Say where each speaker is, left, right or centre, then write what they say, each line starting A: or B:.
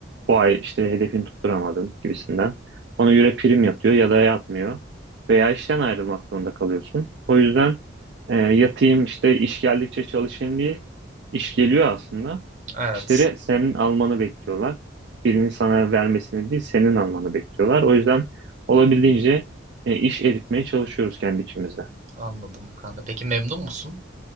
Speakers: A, on the right (about 60°); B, on the right (about 40°).
A: Bu ay işte hedefini tutturamadın gibisinden. Ona göre prim yapıyor ya da yapmıyor. Veya işten ayrılmak zorunda kalıyorsun. O yüzden e, yatayım işte iş geldikçe çalışayım diye iş geliyor aslında.
B: Evet
A: İşleri senin almanı bekliyorlar. Birinin sana vermesini değil, senin almanı bekliyorlar. O yüzden olabildiğince e, iş eritmeye çalışıyoruz kendi içimizde.
B: anladım kanka. Peki memnun musun